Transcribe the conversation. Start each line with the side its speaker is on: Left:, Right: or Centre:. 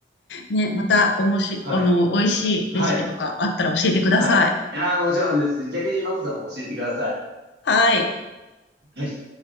Left: ね、また、おもし、
Right: はい。
Left: あの、美味しいレシピとかあったら教えてください。
Right: はい。はい。ああ、もちろんです。逆にマコさんも教えてください。
Left: はい。
Right: <laughs> はい